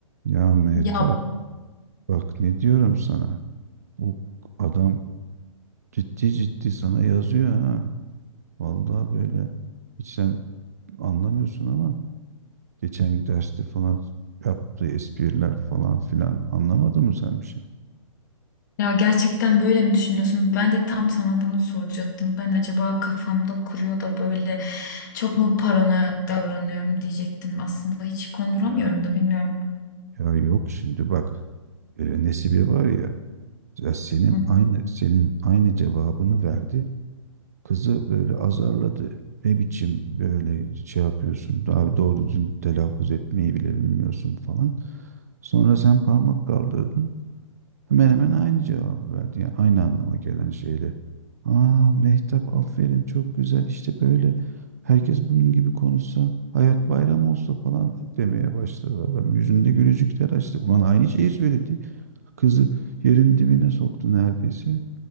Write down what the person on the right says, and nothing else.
Ya Mehtap
bak ne diyorum sana. Bu adam ciddi ciddi sana yazıyor ha. Vallahi böyle. Hiç sen anlamıyorsun ama geçen derste falan yaptığı espriler falan filan anlamadın mı sen bir şey?
Ya
ya yok şimdi bak e, Nesibe var ya, ya senin
aynı senin aynı cevabını verdi. Kızı böyle azarladı. Ne biçim böyle şey yapıyorsun? Abi doğru düzgün telaffuz etmeyi bile bilmiyorsun falan. Sonra sen parmak kaldırdın. Hemen hemen aynı cevabı verdi. Yani aynı anlama gelen şeyle. Aa Mehtap aferin çok güzel işte böyle herkes bunun gibi konuşsa hayat bayram olsa falan demeye başladı adam. Yüzünde gülücükler açtı. Ulan aynı şeyi söyledi. Kızı yerin dibine soktu neredeyse.